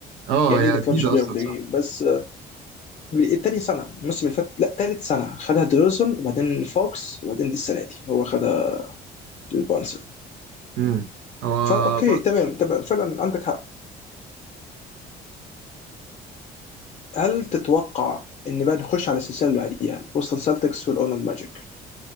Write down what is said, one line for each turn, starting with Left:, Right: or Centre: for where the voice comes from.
Right: اه
Left: يعني
Right: هي
Left: ذا كلتش
Right: جديدة
Left: بلاير
Right: أصلا
Left: اوف ذا
Right: صح؟
Left: جيم بس الثاني سنه الموسم اللي فات لا ثالث سنه خدها ديروزن وبعدين فوكس وبعدين دي السنه دي هو خدها بونسون
Right: امم هو
Left: فاوكي
Right: برضه
Left: تمام تمام فعلا عندك حق هل تتوقع ان بقى نخش على السلسله اللي بعديها بوستن سلتكس والاورلاند ماجيك